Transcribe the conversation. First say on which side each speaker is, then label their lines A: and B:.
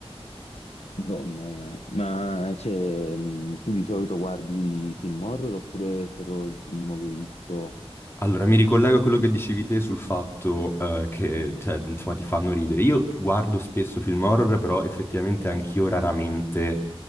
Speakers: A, on the left; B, on the left.
A: Madonna, mia. Ma cioè, mh, tu di solito guardi film horror oppure è stato il primo che hai visto?
B: Allora, mi ricollego a quello che dicevi te sul fatto eh, che, cioè, insomma, ti fanno ridere. Io guardo spesso film horror, però effettivamente anch'io raramente